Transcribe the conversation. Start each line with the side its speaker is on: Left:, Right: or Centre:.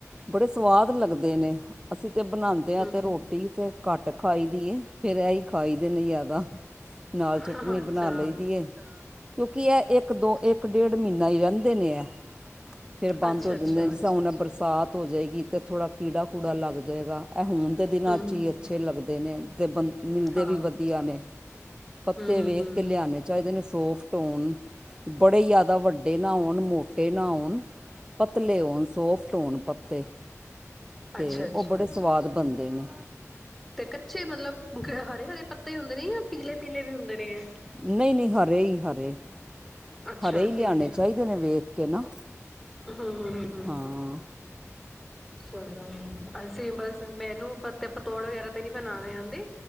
Right: ਬੜੇ ਸਵਾਦ ਲੱਗਦੇ ਨੇ, ਅਸੀਂ ਤੇ ਬਣਾਉਦੇ ਹਾਂ
Centre: ਹਮ
Right: ਤੇ ਰੋਟੀ ਰੋਟੀ ਤੇ ਘੱਟ ਖਾਈਦੀ ਏ, ਫੇਰ ਇਹੀ ਖਾਈ ਦੇ ਨੇ ਜ਼ਿਆਦਾ। ਨਾਲ ਚਟਨੀ
Centre: ਹਾਂ
Right: ਬਣਾ
Centre: ਅੱਛਾ
Right: ਲਈ ਦੀ ਏ ਕਿਉਂਕਿ ਐ ਏਕ ਦੋ ਏਕ ਡੇਢ ਮੀਨਾ ਈ ਰੈੰਦੇ ਨੇ ਐ ਫੇਰ ਬੰਦ
Centre: ਅੱਛਾ
Right: ਹੋ ਜਾਂਦੇ
Centre: ਅੱਛਾ
Right: ਨੇ ਹੁਣ ਬਰਸਾਤ ਹੋ ਜੇਗੀ ਤੇ ਥੋੜਾ ਕੀੜਾ-ਕੂੜਾ ਲੱਗ ਜੇਗਾ ਐ ਹੁਣ ਦੇ ਦਿਨਾਂ
Centre: ਹੂੰ ਹੂੰ
Right: ਚ ਈ ਏ ਅੱਛੇ ਲੱਗਦੇ ਨੇ ਤੇ ਬੰ ਮਿਲਦੇ
Centre: ਹਾਂ
Right: ਵੀ
Centre: ਹੂੰ
Right: ਵਧੀਆ ਨੇ ਪੱਤੇ
Centre: ਹੂੰ
Right: ਵੇਖ
Centre: ਹੂੰ
Right: ਕੇ ਲਿਆਣੇ ਚਾਇਦੇ ਨੇ ਸੋਫਟ ਹੋਣ ਬੜੇ ਯਾਦਾ ਵੱਡੇ ਨਾ ਹੋਣ ਮੋਟ ਟੇ ਨਾ ਹੋਣ ਪਤਲੇ ਹੋਣ ਸੋਫਟ ਹੋਣ ਪੱਤੇ ਤੇ
Centre: ਅੱਛਾ ਅੱਛਾ
Right: ਓ ਬੜੇ ਸਵਾਦ ਬਣਦੇ ਨੇ।
Centre: ਤੇ ਕੱਚੇ ਮਤਲਬ ਹਰੇ-ਹਰੇ ਪੱਤੇ ਈ ਹੁੰਦੇ ਨੇ ਯਾਂ ਪੀਲੇ-ਪੀਲੇ ਵੀ ਹੁੰਦੇ ਨੇ ਐ।
Right: ਨਈ-ਨਈ ਹਰੇ ਈ ਹਰੇ
Centre: ਅੱਛਾ
Right: ਹਰੇ ਇ ਲਿਆਣੇ
Centre: ਠੀਕ
Right: ਚਾਇਦੇ ਨੇ ਵੇਖ ਕੇ ਨਾ
Centre: ਹਾਂ-ਹਾਂ-ਹਾਂ-ਹਾਂ।
Right: ਹਾਂਅਂ
Centre: ਸਾਨੂੰ ਨੀ ਅਸ ਬਸ ਮੈਨੂੰ ਪਤੇ ਪਤੋੜ ਵਗੈਰਾ ਤੇ ਨੀ ਬਣਾਣੇ ਆਂਦੇ